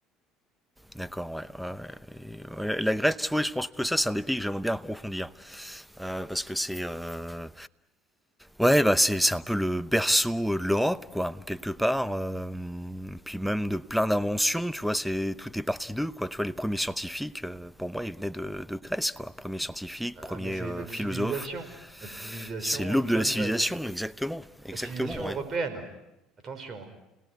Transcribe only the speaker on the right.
Ah,
mais c'est
notre
civilisation. Notre civilisation
vient
de Grèce.
La civilisation
européenne. Attention. hein.